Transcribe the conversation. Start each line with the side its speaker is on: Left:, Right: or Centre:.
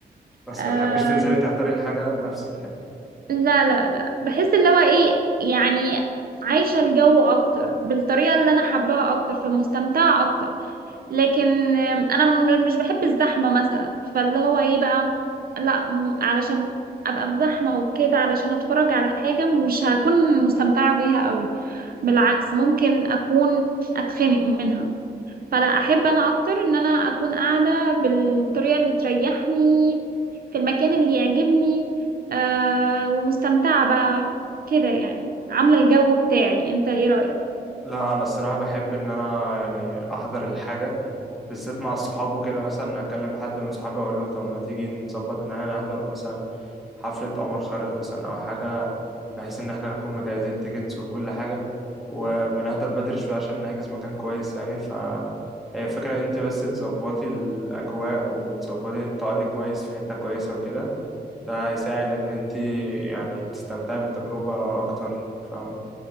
Centre: بس
Right: آه،
Centre: ما تحبيش تنزلي تحضري الحاجه بنفسك يعني
Right: لا لا لا بحس اللي هو ايه يعني عايشة الجو أكتر بالطريقة اللي أنا حباها أكتر فمستمتعة أكتر لكن آم، أنا م- مش بحب الزحمة مثلا فاللي هو ايه بقى لا م- علشان أبقى في زحمة وكده علشان أتفرج على حاجة مش هكون مستمتعة بيها قوي بالعكس ممكن أكون أتخنق منها فلا احب انا اكتر ان انا اكون قاعده بالطريقه اللي تريحني في المكان اللي يعجبني آه ومستمتعه بقى كده يعني عامله الجو بتاعي انت ايه رايك
Centre: لا انا الصراحه بحب ان انا يعني احضر الحاجه بالذات مع الصحاب وكده مثلا اكلم حد من صحابي اقول له طب ما تيجي نظبط ان احنا نحضر مثلا حفله عمر خيرت مثلا او حاجه بحيث ان احنا نكون مجهزين التيكتس وكل حاجه وبنحضر بدري شويه عشان نحجز مكان كويس يعني ف هي الفكرة إن أنت بس تظبطي الأجواء وتظبطي إن أنت تقعدي كويس في حتة كويسة وكده ده هيساعد إن أنت يعني تستمتعي بالتجربة أكتر فاهمة